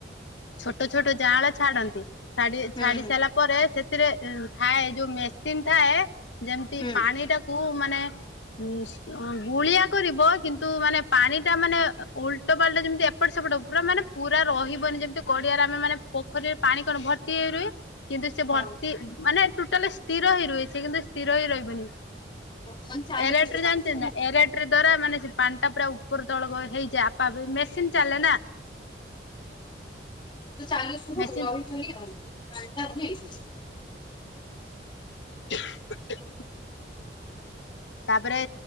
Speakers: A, on the left; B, on the left.
A: ଛୋଟ ଛୋଟ ଯାଆଁଳ ଛାଡନ୍ତି ଛାଡି
B: ହୁଁ
A: ଛାଡି
B: ହୁଁ
A: ସାଇଲା ପରେ ସେଥିରେ ଏଁ ଥାଏ ଯୋଉ ମେସିନ୍ ଥାଏ ଯେମ୍ତି
B: ହୁଁ ହଁ
A: ପାଣିଟା କୁ ମାନେ ଉଁ ସୁ ଅଁ ଗୁଳିଆ କରିବ କିନ୍ତୁ ମାନେ ପାଣିଟା ମାନେ ଓଲ୍ଟ ପାଲ୍ଟା ଯେମିତି ଏପଟ ସେପଟ ପୁରା ମାନେ ପୁରା ରହିବନି ଯେମତି କଡିଆରେ ଆମେ ମାନେ ପୋଖରୀରେ ପାଣି କଣ ଭର୍ତ୍ତି ହେଇ ରୁହ କିନ୍ତୁ ସେ ଭର୍ତ୍ତି
B: ହଉ
A: ମାନେ ଟୁଟାଲେ ସ୍ ସ୍ଥିର ହେଇ ରୁହେ ସିଏ କିନ୍ତୁ ସ୍ଥିର ହେଇ ରହିବନି।
B: ମାନେ ଚାଲୁଥିବ
A: ଏରେଟ୍ ରେ ଜାଣିଚନ୍ତି
B: ପାଣିରେ ନାଇଁ
A: ନାଁ ଏରେଟ୍ ଏଟିରି ଦ୍ୱାରା ମାନେ ସେ ପାଣିଟା ପୁରା ଉପର ତଳ ଗଏ ହେଇଯା ଆପା ଵେଇ ମେସିନ୍ ଚାଲେ ନାଁ।
B: ତୁ ଚାଲୁ ଶୁବୁ
A: ମେସିନ
B: ଆଉ ରହିଚୁନି ଆଉ <unintelligible>
A: <inaudible> ତାପରେ